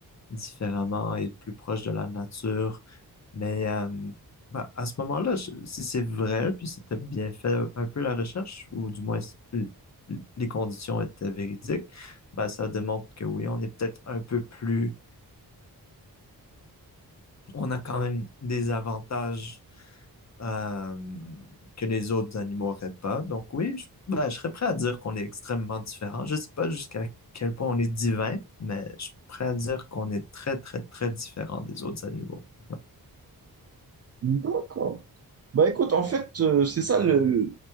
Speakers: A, on the left; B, on the right.
A: différemment et plus proche de la nature? Mais euh, ben, à ce moment-là, je- si c'est vrai, puis c'était bien fait un peu la recherche, ou du moins l- les conditions étaient véridiques, ben, ça démontre que oui, on est peut-être un peu plus on a quand même des avantages euh, que les autres animaux n'auraient pas. Donc oui, je, ben, je serais prêt à dire qu'on est extrêmement différents. Je sais pas jusqu'à quel point on est divin, mais je suis prêt à dire qu'on est très, très, très différent des autres animaux. Ouais.
B: D'accord. Bah écoute, en fait, euh, c'est ça le,